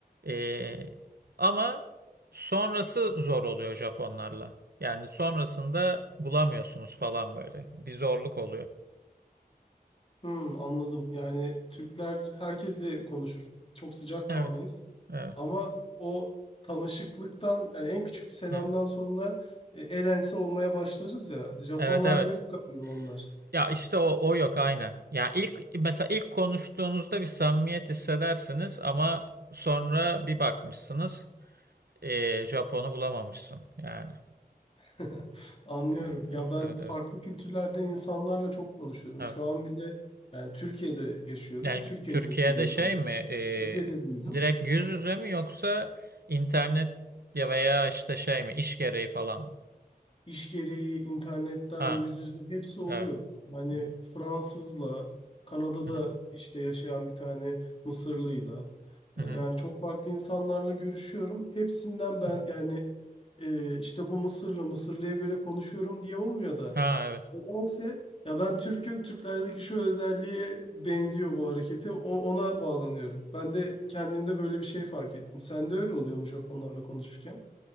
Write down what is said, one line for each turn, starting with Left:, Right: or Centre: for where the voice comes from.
Right: E, ama sonrası zor oluyor Japonlarla. Yani sonrasında bulamıyorsunuz falan böyle. Bir zorluk oluyor.
Left: Hmm, anladım. Yani Türkler herkesle konuşur. Çok sıcakkanlıyız.
Right: Evet, evet,
Left: Ama o tanışıklıktan yani en küçük bir selamdan
Right: evet.
Left: sonra e, el ense olmaya başlarız ya. Japonlarda
Right: Evet, evet.
Left: yok galiba onlar.
Right: Ya işte o, o yok aynen. Ya ilk mesela ilk konuştuğunuzda bir samimiyet hissedersiniz ama sonra bir bakmışsınız e, Japon'u bulamamışsın yani.
Left: <laughs> Anlıyorum.
Right: Ee,
Left: Ya
Right: Evet,
Left: ben
Right: evet,
Left: farklı
Right: evet.
Left: kültürlerden insanlarla çok konuşuyorum.
Right: Evet.
Left: Şu an bile yani Türkiye'de yaşıyorum.
Right: Yani
Left: Türkiye'de
Right: Türkiye'de
Left: oturuyorum.
Right: şey mi, e,
Left: Türkiye'de büyüdüm.
Right: direkt yüz yüze mi yoksa internet ya veya işte şey mi, iş gereği falan mı?
Left: İş gereği internetten
Right: Ha,
Left: yüz yüze hepsi oluyor.
Right: evet.
Left: Yani
Right: Hı
Left: Fransızla, Kanada'da
Right: hı, hı hı,
Left: işte yaşayan bir tane Mısırlıyla e,
Right: hı hı,
Left: yani çok farklı insanlarla görüşüyorum. Hepsinden ben
Right: hı.
Left: yani e, işte bu Mısırlı, Mısırlıya göre konuşuyorum diye olmuyor da
Right: Ha, evet.
Left: nedense ya ben Türk'üm, Türklerdeki şu özelliğe benziyor bu hareketi. O- ona bağlanıyorum. Ben de kendimde böyle bir şey fark ettim. Sen de öyle oluyormuş Japonlarla konuşurken.